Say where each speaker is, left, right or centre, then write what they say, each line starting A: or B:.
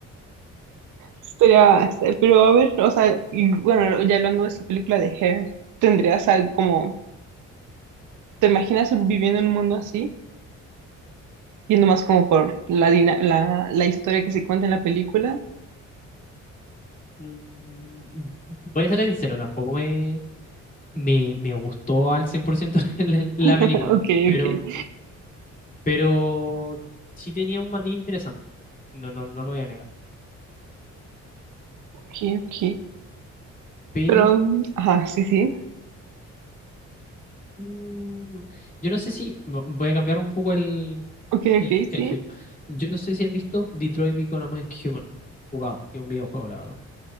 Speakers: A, on the right; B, on the left.
A: sería, pero a ver, o sea, y bueno, ya hablando de esta película de Hair, ¿tendrías algo como... ¿Te imaginas viviendo en un mundo así? Yendo más como por la, dina- la, la historia que se cuenta en la película. <laughs>
B: Mm, Voy a ser sincero, tampoco me, me, me gustó al 100% <laughs> la, la película,
A: Ok,
B: pero,
A: ok.
B: pero sí tenía un matiz interesante, no, no, no lo voy a negar.
A: Ok, ok.
B: Pero
A: Pero, ajá, sí, sí.
B: Mm, Yo no sé si. vo- Voy a cambiar un poco el,
A: Ok,
B: el,
A: ok,
B: el
A: sí.
B: film. Yo no sé si has visto Detroit Become Human. Jugado, que es un videojuego, la verdad.